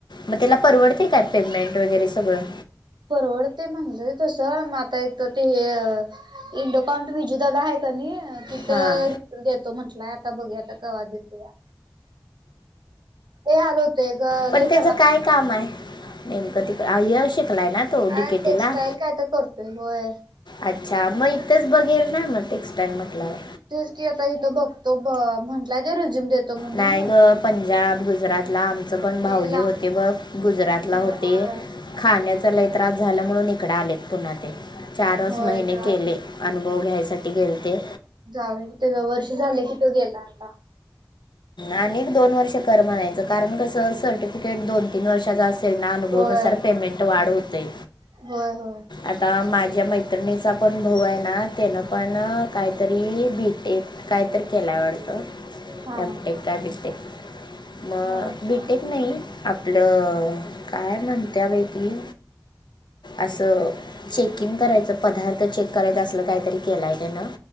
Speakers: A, on the left; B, on the right.
A: मग तीला परवडते काय पेमेंट वगैरे सगळं.
B: परवडते म्हणलंय तस म आता इथ ते हे इंडोकाउंट विजू ददा आहे क नही. तिथं
A: हां
B: रिफ्रेनस न देतो म्हटलाय आता बघूया आता कवा देतो या. लई हाल होते ग
A: पण
B: लई
A: त्याचं
B: खराब
A: काय काम आहे नेमकं ती आय ए शिकलाय ना? तो
B: अ
A: डीकेटीला
B: टेक्स्टाईल काय तर करतोय होय.
A: अच्छा मग इथंच बघेल ना म टेक्स्टाइल म्हटल्याव.
B: तेच की आता इथं बघतो ब म्हटलाय ते रिझ्यूम देतो. म्हणून
A: नाही ग पंजाब गुजरातला आमचं पण भाऊजी
B: लय लांब
A: होते ब गुजरातला
B: होय
A: होते. खाण्याचा लय त्रास झालं म्हणून इकडे आलेत पुन्हा ते. चारच
B: होय
A: महिने
B: त्रास
A: केले, अनुभव घ्यायसाठी गेलते.
B: जाऊन त्याज वर्ष झालं की तो गेला आता.
A: आणि दोन वर्ष कर म्हणायचं कारण कसं सर्टिफिकेट दोन, तीन वर्षाचा अस त्यांना अनुभवनुसार
B: होय.
A: पेमेंट वाढ होतय.
B: होय होय
A: आता माझ्या मैत्रिणीचा पण भाऊ आहे ना त्यान पण काहीतरी बी टेक काहीतरी केलाय वाडतं,
B: हा हा
A: एम टेक काय बी टेक, म
B: हो हा
A: बी टेक नाही, आपलं काय म्हणत्या बाई ती? असं चेकिंग करायचं पदार्थ चेक करायच असल काहीतरी केला तेन.